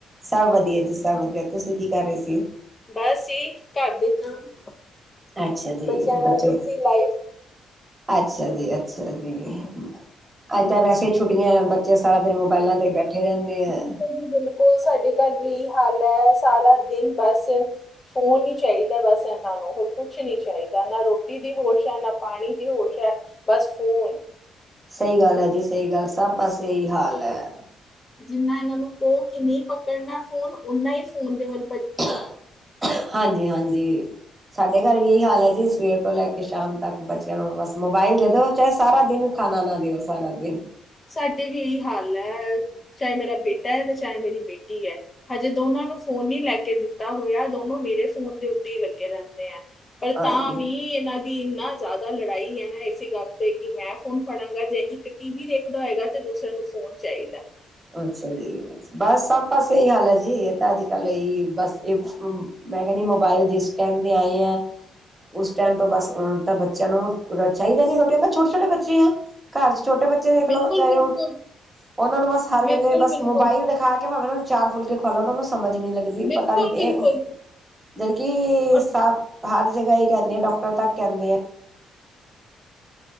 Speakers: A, on the right; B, on the left.
A: ਸਭ ਵਧੀਆ ਜੀ ਸਭ ਵ ਬਈ ਤੁਸੀ ਕੀ ਕਰ ਰਹੇ ਸੀ।
B: ਬਸ ਇਹੀ ਘਰ ਦੇ ਕੰਮ
A: ਅੱਛਾ ਜੀ
B: ਬੱਚਿਆਂ ਨਾਲ
A: ਬੱਚੋ
B: ਬਿਜ਼ੀ ਲਾਈਫ।
A: ਅੱਛਾ ਜੀ ਅੱਛਾ ਜੀ ਹੁ ਹੁ ਅੱਜ ਕੱਲ ਵੈਸੇ ਵੀ ਛੁੱਟੀਆਂ ਬੱਚੇ ਸਾਰਾ ਦਿਨ ਮੋਬਾਇਲਾਂ ਤੇ ਹੀ ਬੈਠੇ ਰਹਿੰਦੇ ਆ।
B: ਬਿਲਕੁਲ ਜੀ ਬਿਲਕੁਲ ਸਾਡੇ ਘਰ ਵੀ ਇਹੀ ਹਾਲ ਐ ਸਾਰਾ ਦਿਨ ਬਸ ਫ ਫੋਨ ਈ ਚਾਹੀਦਾ ਬਸ ਇਹਨਾਂ ਨੂੰ ਹੋਰ ਕੁਛ ਨੀ ਚਾਹੀਦਾ ਨਾ ਰੋਟੀ ਦੀ ਹੋਸ਼ ਆ ਨਾ ਪਾਣੀ ਦੀ ਹੋਸ਼ ਆ ਬਸ ਫੋਨ।
A: ਸਹੀ ਗੱਲ ਐ ਜੀ ਸਹੀ ਗੱਲ ਸਭ ਪਾਸੇ ਇਹੀ ਹਾਲ ਐ।
B: ਜਿੰਹਨਾਂ ਇਹਨਾਂ ਨੂੰ ਕਹੋ ਕਿ ਨਈਂ ਪਕੜਨਾ ਫੋਨ ਓਹਨਾਂ ਹੀ ਫੋਨ ਦੇ ਵਲ੍ਹ
A: <unintelligible> ਹਾਂਜੀ, ਹਾਂਜੀ ਜੀ ਸਾਡੇ ਘਰ ਵੀ ਇਹੀ ਹਾਲ ਹੈ ਜੀ ਸੁਵੇਰ ਤੋਂ ਲੇ ਕੇ ਸ਼ਾਮ ਤੱਕ ਬੱਚਿਆਂ ਨੂੰ ਬਸ ਮੋਬਾਇਲ ਦੇ ਦੋ ਚਾਹੇ ਸਾਰਾ ਦਿਨ ਖਾਨਾ ਨਾ ਦਿਓ, ਸਾਰਾ ਦਿਨ।
B: ਸਾਡੇ ਵੀ ਇਹੀ ਹਾਲ ਐ, ਚਾਹੇ ਮੇਰਾ ਬੇਟਾ ਐ ਤੇ ਚਾਹੇ ਮੇਰੀ ਬੇਟੀ ਐ। ਹਜੇ ਦੋਨਾਂ ਨੂੰ ਫੋਨ ਨੀਂ ਲੈ ਕ ਕੇ ਦਿੱਤਾ ਹੋਇਆ ਦੋਨੋਂ ਮੇਰੇ ਫੋਨ ਦੇ ਉੱਤੇ ਈ ਲੱਗੇ ਰਹਿੰਦੇ ਆ। ਪਰ
A: ਹਾਂਜੀ-ਹਾਂਜੀ।
B: ਤਾਂ ਵੀ ਇਹਨਾਂ ਤੇ ਇੰਨਾ ਜ਼ਿਆਦਾ ਲੜਾਈ ਐ ਨਾ, ਇਸੇ ਗੱਲ ਤੇ ਕਿ ਮੈਂ ਫੋਨ ਫੜਾਂਗਾ, ਜੇ ਇੱਕ ਟੀ ਵੀ ਦੇਖ ਹੈਗਾ ਤੇ ਦੂਸਰੇ ਨੂੰ ਫੋਨ ਚਾਹੀਦਾ।
A: ਅੱਛਾ ਜੀ, ਬਸ ਸਭ ਪਾਸੇ ਇਹੀ ਹਾਲ ਏ ਜੀ, ਇਹ ਤਾਂ ਅੱਜ ਕਲ ਅਈ ਬਸ ਮੈਂ ਕਹਿੰਦੀ ਮੋਬਾਇਲ ਜਿਸ ਟਾਈਮ ਦੇ ਆਏ ਆ, ਉਸ ਟਾਈਮ ਤੋਂ ਬਸ ਅ ਤਾਂ ਬੱਚਿਆਂ ਨੂੰ, ਚਾਈਦਾ ਨੀਂ ਰੋਟੀ, ਛੋਟੇ-ਛੋਟੇ ਬੱਚੇ ਐਂ ਘਰ ਚ ਛੋਟੇ ਬੱਚੇ ਦੇਖ
B: ਬਿਲਕੁਲ
A: ਲਓ, ਚਾਹੇ
B: ਬਿਲਕੁਲ
A: ਉਹ ਉਹਨਾਂ ਨੂੰ ਬਸ ਵੇਲੇ
B: ਬਿਲਕੁਲ
A: ਬਸ
B: ਬਿਲਕੁਲ
A: ਮੋਬਾਇਲ ਦਿਖਾ ਕੇ ਭਾਵੇਂ ਉਨ੍ਹਾਂ ਨੂੰ ਚਾਰ ਫੁਲਕੇ ਖਵਾਲਨ <unintelligible> ਸਮਝ ਨਹੀਂ ਲੱਗਦੀ।
B: ਬਿਲਕੁਲ
A: ਪਤਾ ਨੀ
B: ਬਿਲਕੁਲ
A: ਇਹ, ਜਦ ਕੀ
B: ਅਹ
A: ਸਭ ਹਰ ਜਗ੍ਹਾ ਹੀ ਕਹਿੰਦੇ ਆ, ਡਾਕਟਰ ਤੱਕ ਕਹਿੰਦੇ ਆਂ।